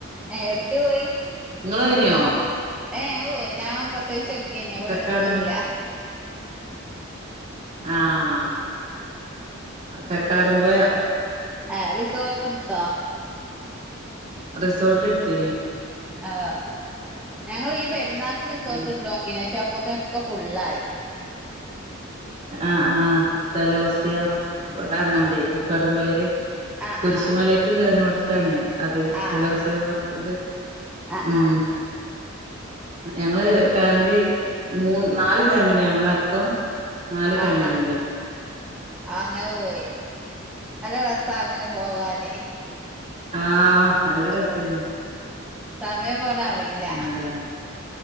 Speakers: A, in the centre; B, on the right.
A: ഏ എവ്ട്ക്കെ പോയി
B: ഇങ്ങളോന്യോ
A: ഏഹ് ഓയില ഞാൻ പ്രസവിച്ചെട്ക്കേനി അപ്പൊ
B: കക്കാടുമ്പോ
A: പിന്നെ പോയില്ല.
B: ആഹ് കക്കാടംപൊയ
A: ഏഹ് റിസോട്ട് ഇട്ത്തോ
B: റിസോട്ട്ട്ത്തീനി
A: ആഹ് ഞങ്ങള് ഈപെര്ന്നാക്ക് റിസോർട്ട്ട്ടോക്കീനി
B: ഉം
A: ക്ഷേ അപ്പോത്തിനൊക്കെ ഫുള്ളായി
B: ആഹ് ആഹ് കലോസിയ കർഞ്ഞാണ്ട് കക്കാടം പൊയേല്
A: ആഹ്
B: കുരിശ്മലേക്ക്
A: ആഹ്
B: കേർനോട്ത്താണ് അതെ
A: ആഹ്
B: കലോസിയ പാർ ത്
A: ആഹ്
B: ഉം
A: ആഹ്
B: ഞങ്ങള് ഫാമിലി മൂന്ന് നാല് ഫാമിലി ഞങ്ങളഅട്ക്കം നാല് ഫാമിലി
A: ആഹ് ആഹ്
B: ഇണ്ടായിനി
A: ആഹ് അങ്ങനെ പോയി നല്ല രസാ അങ്ങനെ പോവാന്
B: ആഹ് നല്ല രസേനു
A: സമയം പോണ അറിയില്ല
B: എന്താ